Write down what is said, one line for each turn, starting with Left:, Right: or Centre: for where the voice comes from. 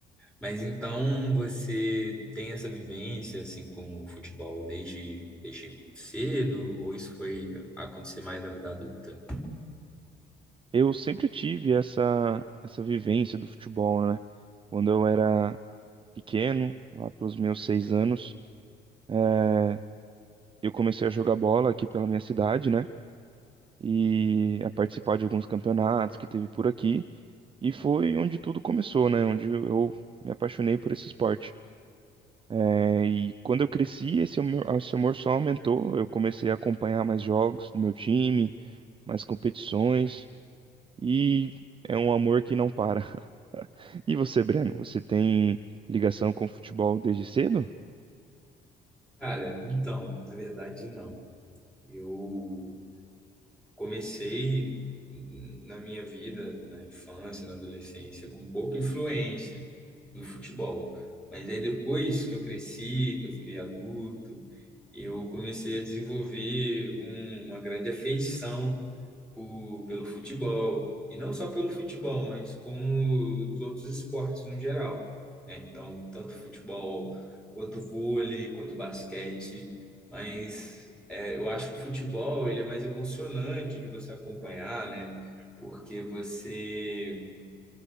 Centre: Mas então você tem essa vivência assim com o futebol desde, desde muito cedo ou isso foi acontecer mais na vida adulta?
Right: Eu sempre tive essa, essa vivência do futebol, né? Quando eu era pequeno, lá pelos meus seis anos, é, eu comecei a jogar bola aqui pela minha cidade, né? E a participar de alguns campeonatos que teve por aqui. E foi onde tudo começou, né? Onde eu me apaixonei por esse esporte. É, e quando eu cresci, esse amor, esse amor só aumentou. Eu comecei a acompanhar mais jogos do meu time, mais competições, e é um amor que não para. <laughs> E você, Breno, você tem ligação com o futebol desde cedo? <laughs>
Centre: Cara, então, na verdade, não. Eu comecei na minha vida, na infância, na adolescência, com pouca influência no futebol. Mas aí depois que eu cresci, que eu fiquei adulto, eu comecei a desenvolver um- uma grande afeição por- pelo futebol, e não só pelo futebol, mas como os outros esportes no geral, né? Então, tanto futebol quanto vôlei, quanto basquete, mas é, eu acho que o futebol ele é mais emocionante de você acompanhar, né? Porque você